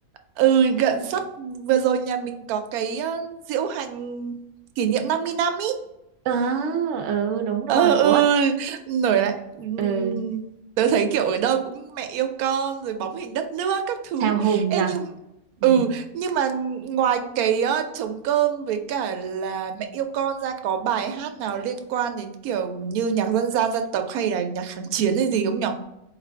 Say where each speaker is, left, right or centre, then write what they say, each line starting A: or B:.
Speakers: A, on the right; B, on the right.
A: ừ gần sắp vừa rồi nhà mình có cái ờ, diễu hành kỷ niệm năm mươi năm
B: ờ ừ đúng rồi
A: ừ ừ
B: ủa
A: nổi lại ừm,
B: ừ
A: tớ thấy kiểu ở đâu cũng mẹ yêu con rồi bóng hình đất nước các thứ
B: hào hùng
A: Ê
B: nhỉ
A: nhưng
B: ừ
A: ừ nhưng mà ngoài cái ờ, trống cơm với cả là mẹ yêu con ra có bài hát nào liên quan đến kiểu như nhạc dân gian dân tộc hay là nhạc kháng chiến hay gì không nhở